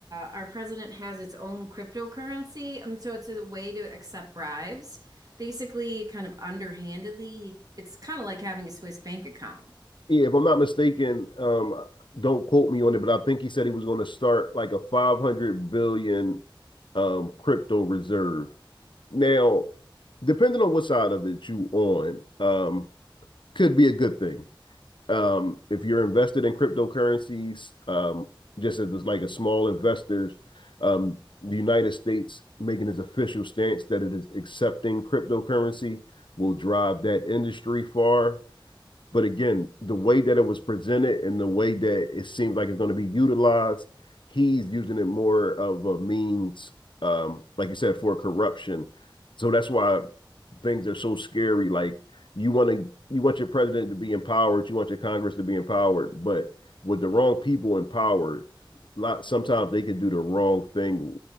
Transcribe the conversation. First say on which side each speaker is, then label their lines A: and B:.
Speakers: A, on the right (about 45°); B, on the left (about 65°).
A: our president has its own cryptocurrency, and so it's a way to accept bribes. Basically, kind of underhandedly, it's kind of like having a Swiss bank account.
B: Yeah, if I'm not mistaken, um, don't quote me on it, but I think he said he was going to start like a five hundred billion um, crypto reserve. Now, depending on what side of it you on, um, could be a good thing. um, if you're invested in cryptocurrencies, um, just as like a small investors, um, the United States making its official stance that it is accepting cryptocurrency will drive that industry far. But again, the way that it was presented and the way that it seems like it's going to be utilized, he's using it more of a means, um, like you said, for corruption. So that's why things are so scary. Like you want to, you want your president to be empowered, you want your Congress to be empowered, but with the wrong people empowered, lot sometimes they could do the wrong thing